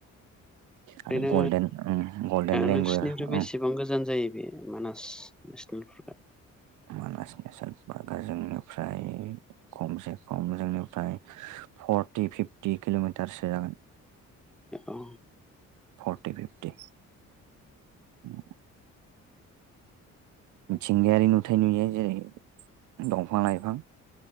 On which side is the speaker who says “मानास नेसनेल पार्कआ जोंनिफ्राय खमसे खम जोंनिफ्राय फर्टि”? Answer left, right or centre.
Right